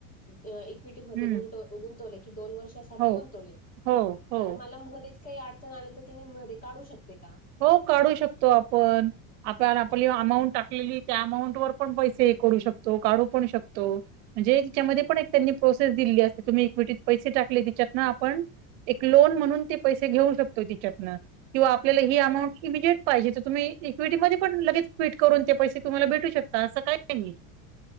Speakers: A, on the left (about 20°); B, on the right (about 60°).
A: अं इक्विटीमध्ये
B: हम्म
A: गुंत-गुंतवले की दोन वर्ष अस साठी
B: हो
A: गुंतवले,
B: हो हो.
A: तर मला मध्येच काही अडचण आली तर ते मी मध्ये काढू शकते का?
B: हो काढू शकतो आपण. आपण आपली अमाऊंट टाकलेली त्या अमाऊंटवर पण पैसे हे करू शकतो, काढू पण शकतो. म्हणजे तिच्यामध्ये पण एक त्यांनी प्रोसेस दिली असते, तुम्ही इक्विटीत पैसे टाकले तिच्यात ना आपण. एक लोन म्हणून ते पैसे घेऊ शकतो तिच्यातन किंवा आपल्याले ती अमाऊंट इमिजेट पाहिजे तर तुम्ही मध्ये पण लगेच फिट करून ते पैसे तुम्हाला भेटू शकत, असं काही नाही.